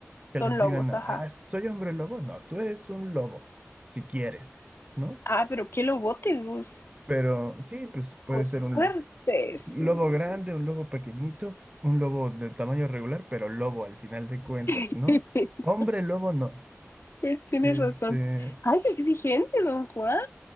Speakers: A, on the right; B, on the left.
A: que
B: son
A: les
B: lobos,
A: digan, ah,
B: ajá.
A: soy hombre lobo. No, tú eres un lobo, si quieres, ¿no?
B: Ah, pero qué lobotes vos,
A: Pero sí, pues puede
B: vos
A: ser un,
B: fuertes, sí.
A: lobo grande, un lobo pequeñito, un lobo de tamaño regular, pero lobo al final de cuentas,
B: <laughs>
A: ¿no? Hombre lobo no.
B: Eh, Tienes
A: Este,
B: razón. Ay, qué exigente, don Juan.